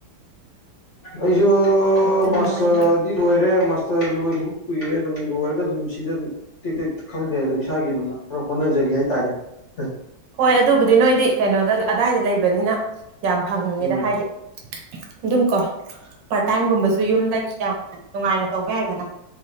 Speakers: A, on the left; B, on the right.
A: ꯑꯩꯖꯨ
B: ꯑꯗꯨꯃꯥꯏꯅ
A: ꯃꯥꯁꯇꯔꯗꯤ ꯂꯣꯏꯔꯦ ꯃꯥꯁ ꯇꯔ ꯂꯣꯏꯒꯤꯕ ꯀꯨꯏꯔꯦ ꯂꯣꯏꯔꯒ ꯑꯗꯨꯝ ꯁꯤꯗ ꯇꯤꯛ ꯇꯤꯛ ꯈꯪꯗꯦ ꯍꯥꯏ ꯏꯁꯥꯒꯤ ꯑꯗꯨꯝ ꯈꯔ ꯍꯣꯠꯅꯖꯔꯤ ꯍꯥꯏꯇꯥꯔꯦ ꯑ
B: ꯍꯣꯏ ꯑꯗꯨꯕꯨꯗꯤ ꯅꯣꯏꯗꯤ ꯀꯩꯅꯣꯗ ꯑꯗꯥꯏꯗ ꯂꯩꯕꯅꯤꯅ ꯌꯥꯝ ꯐꯪꯉꯦꯗ
A: ꯎꯝ
B: ꯍꯥꯏꯗꯤ ꯑꯗꯨꯝ ꯀꯣ ꯄꯥꯔꯠ ꯇꯥꯏꯝꯒꯨꯝꯕꯁꯨ ꯌꯨꯝꯗꯒꯤ ꯌꯥꯝꯅ ꯅꯨꯡꯉꯥꯏꯅ ꯇꯧꯕꯥ ꯌꯥꯏꯗꯅ